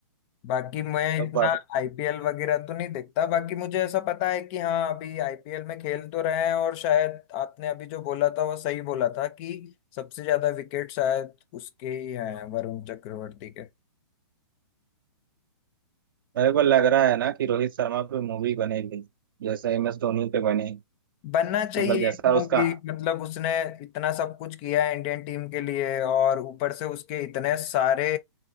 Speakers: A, on the left; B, on the right.
A: बाकी मैं
B: तो
A: इतना
B: बट
A: आईपीएल वगैरह तो नहीं देखता बाकी मुझे ऐसा पता है कि हाँ अभी आईपीएल में खेल तो रहे हैं और शायद आपने अभी जो बोला था वो सही बोला था कि सबसे ज्यादा विकेट शायद उसके ही हैं वरुण चक्रवर्ती के
B: मेरे को लग रहा है ना कि रोहित शर्मा पे मूवी बनेगी जैसे एम एस धोनी पे बने
A: बनना चाहिए
B: मतलब जैसा
A: एक
B: उसका
A: मूवी मतलब उसने इतना सब कुछ किया है इंडियन टीम के लिए और ऊपर से उसके इतने सारे